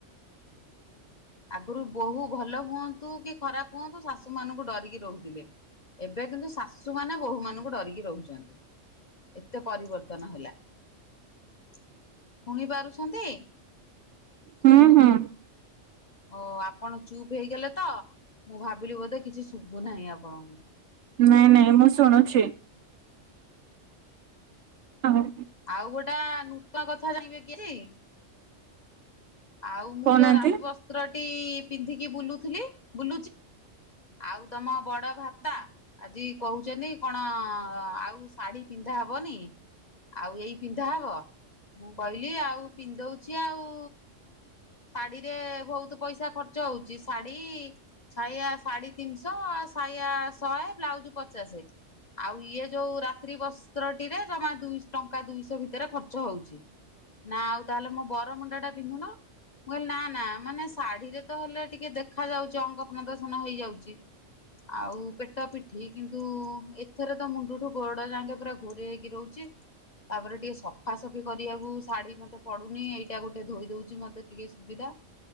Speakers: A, on the left; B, on the right.
A: ଆଗରୁ ବୋହୁ ଭଲ ହୁଅନ୍ତୁ କି ଖରାପ ହୁଅନ୍ତୁ ଶାଶୁ ମାନଙ୍କୁ ଡରିକି ରହୁଥିଲେ। ଏବେ କିନ୍ତୁ ଶାଶୁମାନେ ବୋହୁ ମାନଙ୍କୁ ଡରିକି ରହୁଛନ୍ତି। ଏତେ ପରିବର୍ତ୍ତନ ହେଲା। ଶୁଣି ପାରୁଛନ୍ତି?
B: ହୁଁ ହୁଁ।
A: ଓ ଆପଣ ଚୁପ୍ ହେଇଗଲେ ତ ମୁଁ ଭାବିଲି ବୋଧେ କିଛି ଶୁଭୁ ନାହିଁ ଆପଣଙ୍କୁ।
B: ନାଇଁ ନାଇଁ ମୁଁ ଶୁଣୁଛି। ହଁ
A: ଆଉ ଗୋଟା ନୂତନ କଥା ଜାଣଁବେ କି ଆଉ ମୁଁ
B: କହୁନାହାନ୍ତି।
A: ଯୋଉ ରାତି ବ ପତ୍ରଟି ପିନ୍ଧିକି ବୁଲଥିଲି ବୁ ଆଉ ତମ ବଡ ଭାତା ଆଜି କହୁଛନ୍ତି କଣ ଆଉ ଶାଢୀ ପିନ୍ଧା ହବନି ଆଉ ଏଇ ପିନ୍ଧା ହବ ମୁଁ କହିଲି ଆଉ ପିନ୍ଧଉଛି ଆଉ ଶାଢୀ ରେ ବହୁତ ପଇସା ଖର୍ଚ୍ଚ ହଉଛି ଶାଢୀ ଶାଇଆ ସାଢେ ତିନିଶହ ଶାଇଆ ଶହେ ବ୍ଲାଉଜ ପଚାଶ ଆଉ ଇଏ ଯୋଉ ରାତ୍ରି ବସ୍ତ୍ରଟିରେ ଜମା ଦୁଇ ଟଙ୍କା ଦୁଇଶହ ଭିତରେ ଖର୍ଚ୍ଚ ହଉଛି ନା ଆଉ ତାହେଲେ ମୋ ବରମୁଣ୍ଡା ଟା ପିନ୍ଧୁନ ମୁ କହିଲେ ନା ନା ମାନେ ଶାଢୀରେ ତ ହେଲେ ଟିକେ ଦେଖା ଯାଉଛି ଅଙ୍ଗ ପ୍ରଦର୍ଶନ ହେଇଯାଉଛି ଆଉ ପେଟ ପିଠି କିନ୍ତୁ ଏଥରେ ତ ମୁଣ୍ଡଠୁ ବଡ଼ ଯାକେ ପୁରା ଘୋରେ ହେଇକି ରହୁଛି ତାପରେ ଟିକେ ସଫାସଫି କରିବାକୁ ଶାଢୀ ମତେ ପଡୁନି ଏଇଟା ଗୋଟେ ଧୋଇ ଦଉଛି ମତେ ଟିକେ ସୁବିଧା